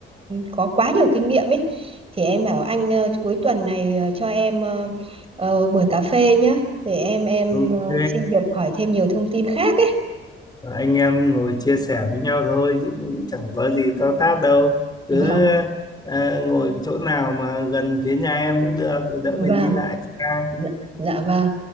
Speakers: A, on the right; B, on the left.
A: có quá nhiều kinh nghiệm ấy thì em bảo anh ờ, cuối tuần này ờ, cho em ờ, ờ, buổi cà phê nhá thì em em
B: Ok,
A: ờ, xin được hỏi thêm nhiều thông tin khác ấy
B: anh em ngồi chia sẻ với nhau thôi chứ cũng chẳng có gì to tát đâu. Cứ
A: vâng
B: ờ, ngồi chỗ nào mà gần phía nhà em cũng được để đỡ
A: vâng
B: phải đi lại xa.
A: Dạ, dạ vâng.